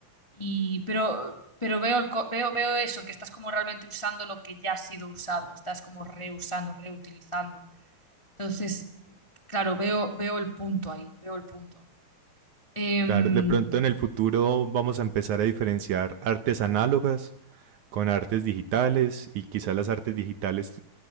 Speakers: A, on the left; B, on the right.
A: y pero, pero veo, el co- veo, veo eso, que estás como realmente usando lo que ya ha sido usado, estás como reusando, reutilizando. Entonces, claro, veo, veo el punto ahí, veo el punto. Em,
B: Claro, de pronto en el futuro vamos a empezar a diferenciar artes análogas con artes digitales y quizás las artes digitales